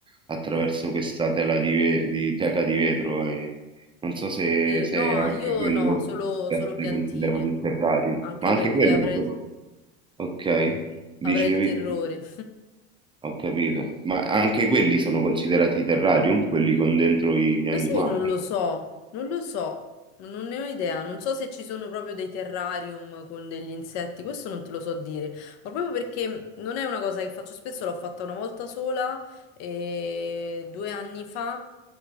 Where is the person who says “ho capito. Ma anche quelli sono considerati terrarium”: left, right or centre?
Right